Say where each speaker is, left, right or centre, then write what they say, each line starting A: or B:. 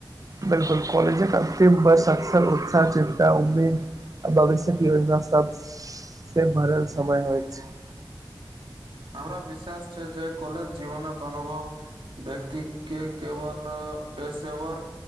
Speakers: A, on the right; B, on the right.
A: बिलकुल कॉलेजक अन्तिम वर्ष अकसर उत्साह चिन्ता उम्मीद। भविष्यक योजना सबसँ भरल समय होय छैय।
B: हमरा विश्वास छैय जे कॉलेज जीवनक अनुभव। व्यक्ति के केवल पेशेवर